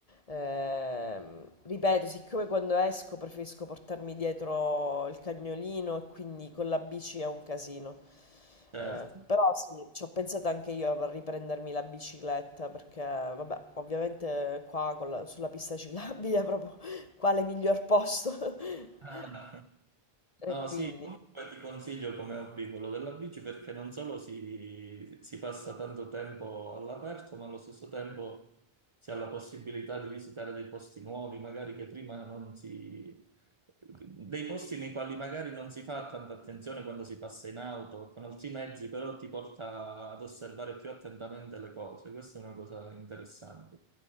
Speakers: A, on the left; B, on the right.
A: Ehm, ripeto, siccome quando esco preferisco portarmi dietro il cagnolino e quindi con la bici è un casino.
B: certo.
A: Eh, però sì, ci ho pensato anche io a riprendermi la bicicletta perché, vabbè, ovviamente qua con la- sulla pista ciclabile è proprio <laughs> quale miglior posto. <laughs>
B: Ah, No,
A: E quindi,
B: sì, comunque ti consiglio come hobby quello della bici perché non solo si, si passa tanto tempo all'aperto, ma allo stesso tempo si ha la possibilità di visitare dei posti nuovi, magari che prima non si, dei posti nei quali magari non si fa tanta attenzione quando si passa in auto o con altri mezzi, però ti porta ad osservare più attentamente le cose. Questa è una cosa interessante.